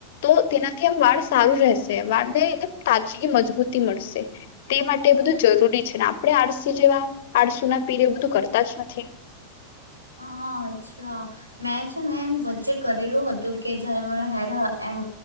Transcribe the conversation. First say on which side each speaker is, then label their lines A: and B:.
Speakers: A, on the left (about 55°); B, on the right (about 85°).
A: તો તેનાથી આ વાળ સારું રહેશે વાળને એકમ તાજગી મજબૂતી મળશે તે માટે બધું જરૂરી છે ને આપણે આળસી જેવા આળસુના પીર બધું કરતા જ નથી
B: હા અચ્છા મેં છે ને એમ વચ્ચે કરેલું હતું કે જયારે મારા હેર એમ